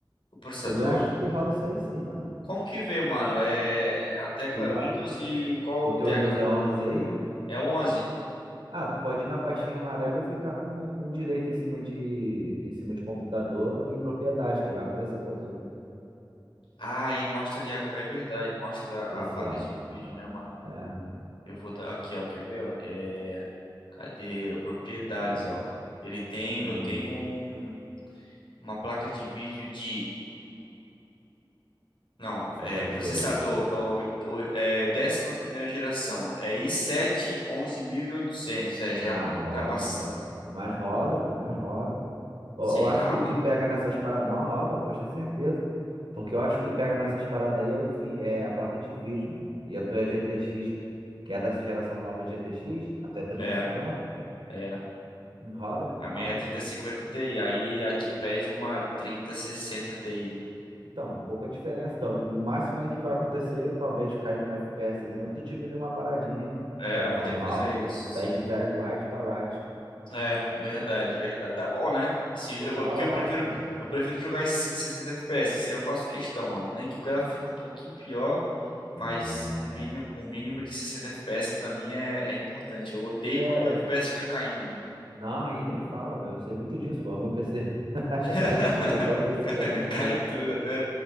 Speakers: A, on the left (about 85°); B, on the right (about 80°).
A: o processador?
B: Que eu bem acho que tu roda isso aí sim, mano.
A: Como que vê, mano? É a tecla
B: Tu
A: é
B: vai,
A: Windows e qual
B: o teu
A: tecla?
B: Windows é 11 aí?
A: É 11.
B: Ah, tu pode ir na pastinha amarela e clicar com, com direito em cima de, em cima de computador e propriedade, que aí vai aparecer pra tu.
A: Ah, e mostra ali. a- É verdade, mostra
B: Vê
A: a
B: só.
A: placa de vídeo, né, mano?
B: É,
A: Eu vou dar aqui, ó, quer ver, ó? É, cadê propriedades,
B: e-
A: ó? Ele tem,
B: isso.
A: eu tenho um- uma placa de vídeo de, não,
B: Isso
A: é
B: apareceu
A: processador,
B: aí.
A: é, o oit- o- é 11ª geração, é i7 11800, é, já
B: Ah,
A: é um pouco
B: roda.
A: ultrapassada.
B: Mais roda, pô, mais roda. Eu,
A: Será,
B: eu acho que o
A: mano?
B: que pega nessas paradas. Não, roda, pode ter certeza. Porque eu acho que o que pega nessas paradas aí é, o vi... é a placa de vídeo, mano. E a tua é GTX, que é dessa geração nova de GTX, até 3050.
A: É, é.
B: Hum, Roda, pô,
A: A
B: roda.
A: minha é 3050 Ti, aí aqui pede uma 3060 Ti.
B: Então, pouca diferença. Tal- O máximo aí que vai acontecer, talvez cair um FPSzinho, tu diminui uma paradinha
A: É,
B: pra
A: é, eu
B: normal.
A: vou ter que fazer isso,
B: Sai
A: sim.
B: de very right pra right.
A: É, verdade, verdade. Tá bom, né? Se, eu,
B: Tá
A: é porque
B: ótimo.
A: eu prefiro, eu prefiro jogar em 60 FPS. Isso aí eu faço questão, mano. Nem que o gráfico fique um pouquinho pior, mas
B: É.
A: o mínimo, o mínimo de 60 FPS pra mim é, é importante. Eu odeio
B: Ele
A: quando
B: é,
A: o FPS fica caindo, mano.
B: Não, aí nem fala, meu. Eu sei muito disso. O meu PC <laughs>
A: <laughs>
B: cai tudo, até o PC
A: Cai
B: cai no chão.
A: cai tudo, até,